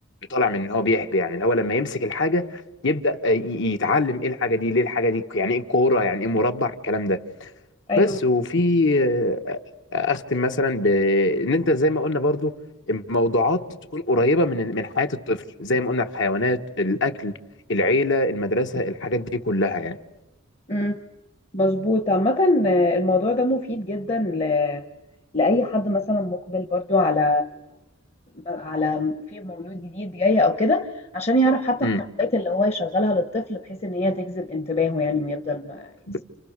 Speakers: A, on the left (about 60°); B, on the left (about 30°).
A: طالع من ان هو بيحبي يعني اللي هو لما يمسك الحاجه يبدا ي- يتعلم ايه الحاجه دي ليه الحاجه دي يعني ايه كوره يعني ايه مربع الكلام ده
B: أيوة
A: بس وفي آه، آه، اختم مثلا بان انت زي ما قلنا برضو الموضوعات تكون قريبه من من حياه الطفل زي ما قلنا الحيوانات الاكل العيله المدرسه الحاجات دي كلها يعني
B: امم مظبوط عامة آه، الموضوع ده مفيد جدا ل... لأي حد مثلا مقبل برضو على آه، على في مولود جديد جاي أو كده عشان يعرف حتى
A: امم
B: القنوات اللي هو يشغلها للطفل بحيث إن هي تجذب انتباهه يعني ويفضل آه، يسمع
A: ب-